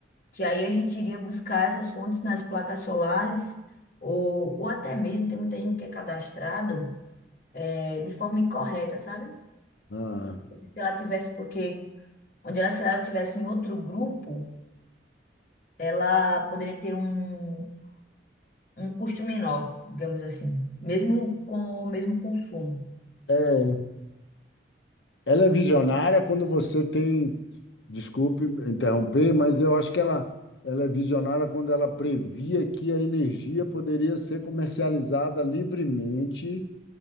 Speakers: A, on the left; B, on the left.
A: que aí a gente iria buscar essas fontes nas placas solares ou, ou até mesmo tem muita gente que é cadastrado é, de forma incorreta, sabe?
B: Ah.
A: Se ela tivesse, porque onde ela, se ela tivesse em outro grupo, ela poderia ter um, um custo menor, digamos assim, mesmo com o mesmo consumo.
B: É, Ela é visionária quando você tem. Desculpe interromper, mas eu acho que ela, ela é visionária quando ela previa que a energia poderia ser comercializada livremente